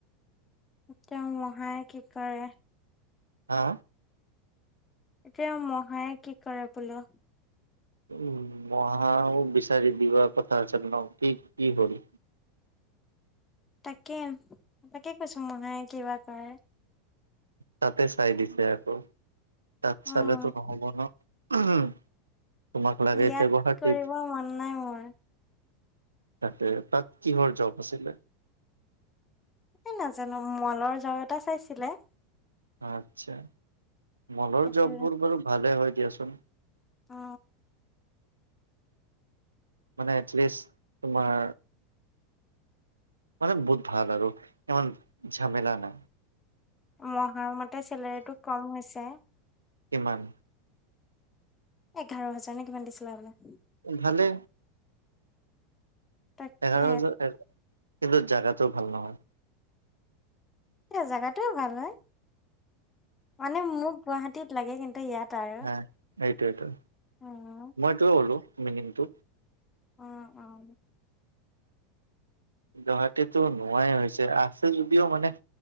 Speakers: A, on the left; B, on the right.
A: এতিয়া মহায়ে কি কৰে।
B: হা।
A: এতিয়া মহায়ে কি কৰে বোলো।
B: উ মহাও বিচাৰি দিবা কথা আছিল ন, কি কি হল?
A: তাকে, তাকে কৈছো মাহাই কিবা কৰে।
B: তাতে চাই দিছে আকৌ তাত
A: উম
B: চালেতো নহ'ব ন? উমহম তোমাক লাগে
A: ইয়াত
B: এতিয়া গুৱাহাটীত
A: কৰিব মন নাই মোৰ
B: তাকেই, তাত কিহৰ জব আছিলে।
A: এ নাজানো মলৰ জব এটা চাইছিলে।
B: আতচ্ছা মলৰ
A: সেইটো
B: জববোৰ বাৰু ভালে হয় দিয়াচোন।
A: অ।
B: মানে এটলিষ্ট তোমাৰ মানে বহুত ভাল আৰু ইমান ঝামেলা নাই।
A: মহাৰ মতে চেলেৰিটো কম হৈছে।
B: কিমান?
A: এঘাৰ হাজাৰ নে কিমান দিছিলে বোলে।
B: ভালে।
A: তাকে
B: এঘাৰ হাজাৰ কিন্তু জাগাটো ভাল নহয়।
A: এ জাগাতো ভাল হয়। মানে মোক গুৱাহাটীত লাগে কিন্তু ইয়াত আৰু
B: হয় এইটোৱেটো,
A: উম
B: মই এটোৱে কলো মিনিংটো।
A: অহ, অহ।
B: গুৱাহাটীতো নোহোৱাই হৈছে আছে যদিও মানে